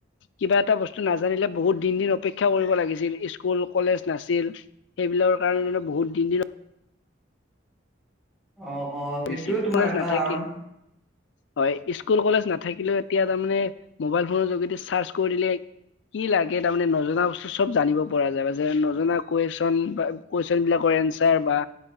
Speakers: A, on the left (about 70°); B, in the centre.
A: কিবা এটা বস্তু নাজানিলে বহুত দিন দিন অপেক্ষা কৰিব লাগিছিল স্কুল কলেজ নাছিল সেইবিলৰ কাৰণে বহুত দিন দিন
B: অ অ
A: লাগিছিল
B: সেইটোও তোমাৰ
A: কলেজ
B: এটা
A: নাথাকি
B: কাৰণ
A: হয় স স্কুল কলে নাথাকিলেও এতিয়া তাৰমানে মোবাইল ফোনৰ যোগেদি চাৰ্চ কৰি দিলে কি লাগে তাৰমানে নজনা বস্তু চব জানিব পৰা যায় যে নজনা কুৱেশন বা কুৱেশন বিলাকৰ এনচাৰ বা